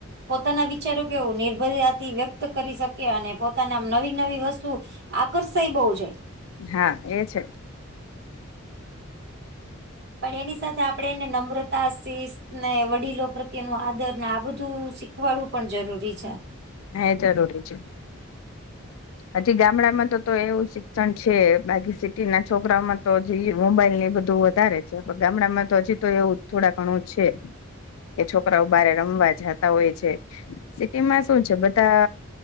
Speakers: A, on the right; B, on the left.
A: પોતાના વિચારો કેવું નિર્ભયતાથી વ્યક્ત કરી શકે અને પોતાને આમ નવી નવી વસ્તુ આકર્ષાય બહુ જાય
B: હા એ છે
A: પણ એની સાથે આપડે એને નમ્રતા શિ ને વડીલો પ્રત્યેનું આદર ને આ બધું શીખવાડવું પણ જરૂરી છે
B: હે જરૂરી છે હજી ગામડામાં તો તો એવું શિક્ષણ છે બાકી સિટી ના છોકરાઓમાં તો હજી મોબાઈલ ને બધું વધારે છે ગામડામાં તો હજી તો એવું થોડા ઘણું છે એ છોકરાઓ બારે રમવા જતા હોય છે સિટી માં શું છે બધા